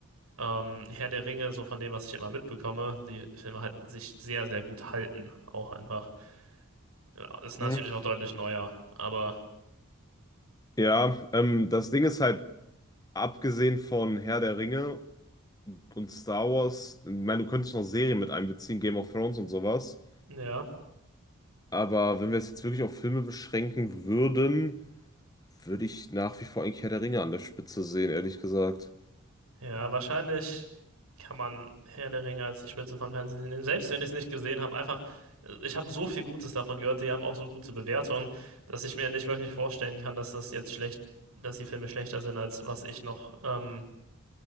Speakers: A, on the right; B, on the left.
A: ähm, Herr der Ringe, so von dem, was ich immer mitbekomme, die Filme halt sich sehr, sehr gut halten, auch einfach. Ja, ist natürlich
B: Mhm.
A: auch deutlich neuer, aber
B: Ja, ähm, das Ding ist halt, abgesehen von Herr der Ringe und Star Wars, ich meine, du könntest noch Serien mit einbeziehen, Game of Thrones und sowas.
A: ja.
B: Aber wenn wir es jetzt wirklich auf Filme beschränken würden, würde ich nach wie vor eigentlich Herr der Ringe an der Spitze sehen, ehrlich gesagt.
A: Ja, wahrscheinlich kann man Herr der Ringe als die Spitze von Fantasy nehmen. Selbst wenn ich es nicht gesehen habe, einfach, äh, ich habe so viel Gutes davon gehört, die haben auch so gute Bewertungen, dass ich mir nicht wirklich vorstellen kann, dass das jetzt schlecht, dass die Filme schlechter sind, als was ich noch ähm,